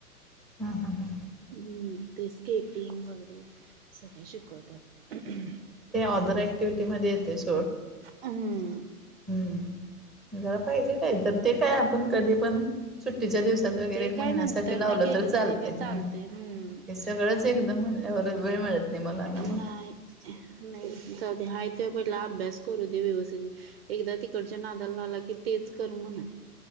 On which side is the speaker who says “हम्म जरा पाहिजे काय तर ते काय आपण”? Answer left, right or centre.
Centre